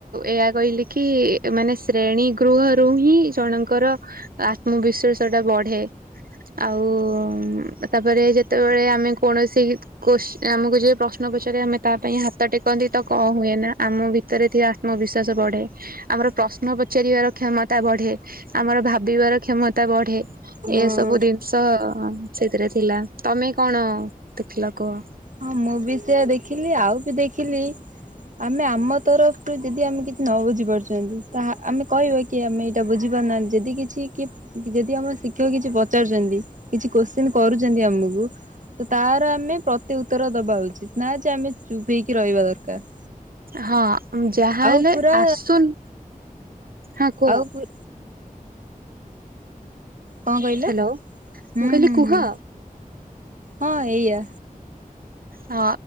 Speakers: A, on the right (about 80°); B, on the right (about 60°).
A: ଏହା କହିଲେ କି ମାନେ ଶ୍ରେଣୀ ଗୃହରୁ ହିଁ ଜଣଙ୍କର ଆତ୍ମବିଶ୍ଵାସ ଟା ବଢେ ଆଉ ତାପରେ ଯେତେବେଳେ ଆମେ କୌଣସି କ ସେ ଆମକୁ ଯ ପ୍ରଶ୍ନ ପଚାରେ ଆମେ ତା ପାଇଁ ହାତ ଟେକନ୍ତି ତ କଣ ହୁଏ ନା। ଆମ ଭିତରେ ଥିବା ଆତ୍ମବିଶ୍ଵାସ ବଢେ ଆମର ପ୍ରଶ୍ନ ପଚାରିବାର କ୍ଷମତା ବଢେ ଆମର ଭ ଭିବାର କ୍ଷମତା ବଢେ
B: ହଁ
A: ଏସବୁ ଜିନିଷ ସେଥିରେ ଥିଲା ତମେ କଣ ଦେଖିଲ କୁହ।
B: ହଁ ମୁଁ ବି ସେଆ ଦେଖିଲି ଆଉ ବି ଦେଖିଲି ଆମେ ଆମ ତରଫରୁ ଯଦି ଆମେ କିଛି ନ ବୁଝି ପାରୁଛନ୍ତି ତା ଆମେ କହିବା କି ଆମେ ଏଇଟା ବୁଝି ପାରୁନାହାନ୍ତି ଯଦି କିଛି କି ଯଦି ଆମ ଶିକ୍ଷକ କିଛି ପଚାରୁଛନ୍ତି କିଛି କୋଶ୍ଚିନ୍ କରୁଛନ୍ତି ଆମକୁ ତ ତାର ଆମେ ତେ ଉତ୍ତର ଦବା ଉଚିତ ନା ଯେ ଆମେ ଚୁପେଇଇକି ରହିବା ଦରକାର।
A: ହଁ। ଯାହାହଲେ
B: ଆଉ ପୁରା
A: ଆସୁନ ହଁ କୁହ।
B: ଆଉ ପୁ କଣ
A: ହ୍ୟାଲୋ
B: କହିଲ
A: ମୁ
B: ହୁଁ
A: କହିଲି
B: ହୁଁ
A: କୁହ।
B: ହୁଁ ହଁ ଏଇଆ।
A: ହଁ